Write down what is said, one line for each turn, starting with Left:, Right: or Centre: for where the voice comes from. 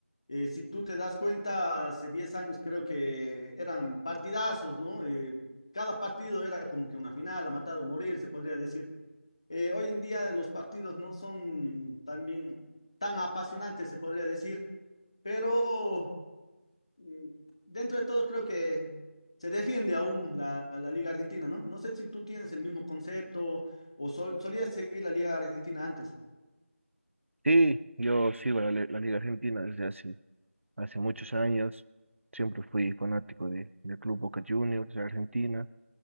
Left: Eh, si tú te das cuenta, hace 10 años creo que eran partidazos, ¿no? Eh, cada partido era como que una final, a matar o morir, se podría decir. Eh, hoy en día los partidos no son también tan apasionantes, se podría decir, pero mm, dentro de todo creo que se defiende aún la, la Liga Argentina, ¿no? No sé si tú tienes el mismo concepto o sol- solías seguir la Liga Argentina antes.
Right: Sí, yo sigo la, le- la Liga Argentina desde hace Hace muchos años siempre fui fanático de, del Club Boca Juniors de Argentina